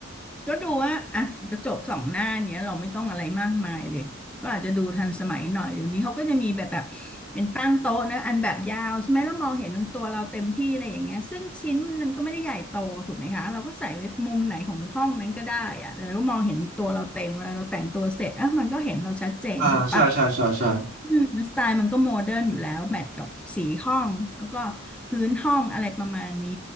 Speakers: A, in the centre; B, on the right.
A: ก็ดูว่าอ่ะกระจกสองหน้าเนี้ยเราไม่ต้องอะไรมากมายเลยก็อาจจะดูทันสมัยหน่อยเดี๋ยวนี้เขาก็จะมีแบบแบบเป็นตั้งโต๊ะนะอันแบบยาวใช่ไหมแล้วมองเห็นตัวเราเต็มที่อะไรอย่างเงี้ยซึ่งชิ้นมันก็ไม่ได้ใหญ่โตถูกไหมคะเราก็ใส่ไว้มุมไหนของห้องนั้นก็ได้อะแล้วเราก็มองเห็นตัวเราเต็มเวลาเราแต่งตัวเสร็จอ่ะมันก็เห็นเราชัดเจนถูกปะ
B: อ่าใช่ใช่ใช่ใช่
A: อืมสไตล์มันก็โมเดิร์นอยู่แล้วแมทกับสีห้องแล้วก็พื้นห้องอะไรประมาณนี้